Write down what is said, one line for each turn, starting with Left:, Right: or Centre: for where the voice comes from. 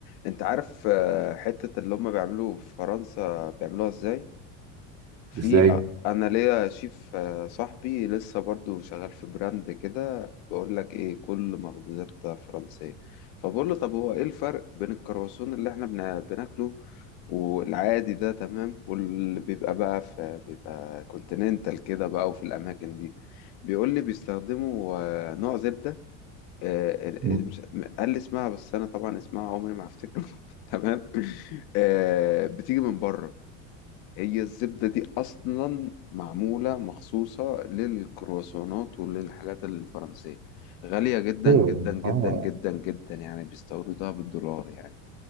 Left: انت عارف آه، حتة اللي هم بيعملوا في فرنسا بيعملوها ازاي في
Right: ازاي؟
Left: أ- انا ليا شيف آه، صاحبي لسه برضو شغال في براند كده بقول لك ايه كل مخبوزات فرنسية فبقول له طب هو ايه الفرق بين الكرواسون اللي احنا بنا- بناكله والعادي ده تمام واللي بيبقى بقى في بيبقى كونتيننتال كده بقى وفي الاماكن دي بيقول لي بيستخدموا آه، نوع زبدة آه،
Right: مم.
Left: آه، مش قال لي اسمها بس انا طبعا اسمها عمري ما هفتكره <laughs> تمام آه، بتيجي من بره هي الزبدة دي أصلا معمولة مخصوصة للكرواسونات وللحاجات الفرنسية غالية جدا
Right: كده.
Left: جدا جدا
Right: اه
Left: جدا جدا يعني بيستوردوها بالدولار يعني